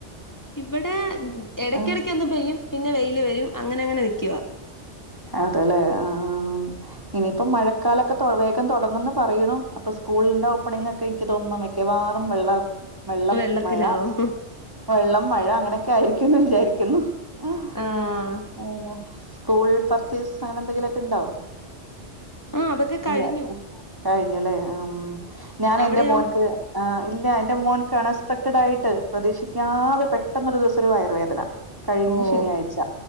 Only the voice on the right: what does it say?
ആഹ്
അതെല്ലെ ആഹ് ഇനിയിപ്പോ മഴക്കാലൊക്കെ വേഗംതൊടങ്ങന്ന് പറയൂണു അപ്പൊ സ്കൂളിന്റെ ഓപ്പണിങൊക്കെ എനിക്ക് തോന്നുന്നു മിക്കവാറും വെള്ളം വെള്ളം
മഴ വെള്ളം മഴ അങ്ങനെ ആയിരിക്കുന്നു വിചാരിക്കുന്നു ആഹ
അ സ്കൂൾ പർച്ചേസ് അങ്ങനെ എ ന്തെങ്കിലൊക്കെ ഉണ്ടോ
ഇല്ല കഴ്- അല്ലേ ആമ് ഞാൻ
എന്റെ മോൻക്ക് ആ ഇല്ല എന്റെ മോന്ക്ക്‌ അനസ്പെക്ടഡ് ആയിട്ട് പ്രതീക്ഷിക്കാതെ പെട്ടന്നൊരു ദിവസം ഒരുവയറ് വേദന കഴിഞ്ഞശനിയാഴ്ച